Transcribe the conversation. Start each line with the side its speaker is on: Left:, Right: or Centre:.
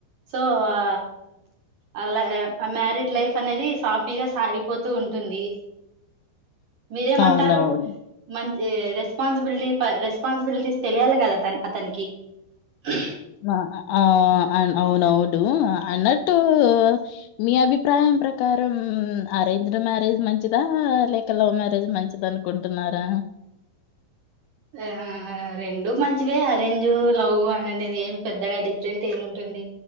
Right: సో ఆ అలా ఆ మ్యారిడ్ లైఫ్ అనేది సాఫీగా సాగిపోతూ ఉంటుంది. మీరేమంటారు
Left: అవునవును.
Right: మం ఏ రేస్ స్పాసిబిలిటీ ప రెపాస్బిలిటీస్ తెలియాలి కదా తన్ అతనికి ఉహ్
Left: ఆ ఆ అవునవుడు అన్నట్టు మీ అభిప్రాయం ప్రకారం అరేంజ్ మ్యారేజ్ మంచిదా లేక లవ్ మ్యారేజ్ మంచిద అనుకుంటున్నారా
Right: ఆ రెండు మంచివే అరేంజు లవ్ అనేది ఏం పెద్దగా డిఫరెంట్ ఏముంటుంది